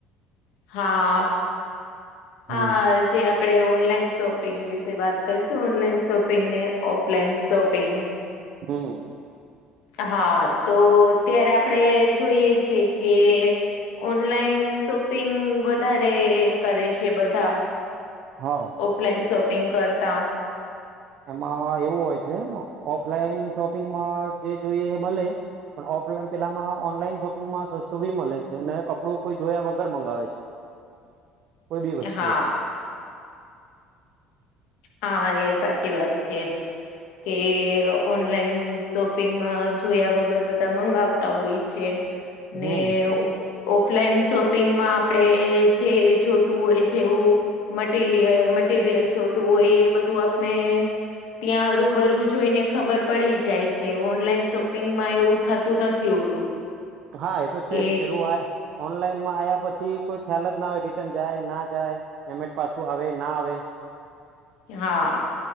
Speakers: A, on the left; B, on the right.
A: હા
B: હમ
A: આ જે આપ પડે ઓનલાઈન શોપિંગ વિશે વાત કરશું ઓનલાઈન શોપિંગ ને ઓફલાઈન શોપિંગ.
B: હમ્મ.
A: હા તો અત્યારે આપડે જોઈએ છીએ કે, ઓનલાઈન શોપિંગ વધારે કરે છે બધા.
B: હા.
A: ઓફલાઈન શોપિંગ કરતા.
B: એમાં એવું હોય છે ઓફલાઈન શોપિંગમાં જે જોઈએ એ મલે. પણ ઓફલાઈન પેલામાં ઓનલાઈન શોપિંગમાં સસ્તું બી મળે છે ને કપડું કોઈ જોયા વગર મંગાવે છે. બધી વસ્તુઓ.
A: હા હા એ સાચી વાત છે. કે ઓનલાઈન શોપિંગમાં જોયા વગર બધા મંગાવ, તા હોય છે
B: હમ
A: ને ઉ ઓફલાઈન શોપિંગમાં આપણે જે જોતું હોય. જેવું મટિલીયલ મટીરિયલ જોતું હોય. એ બધું આપણે ત્યાં રુબરું જોઈને ખબર પડી જાય છે. ઓનલાઈન શોપિંગમાં એવું થતું નથી હોતું. <inaudible>
B: હા, એ તો
A: કે
B: છે જ પેલું આ ઓનલાઇન આયા પછી કોઈ ખ્યાલ જ ના હોય, રિટર્ન જાય ના જાય પેમેન્ટ પાછું આવે ના આવે
A: હા,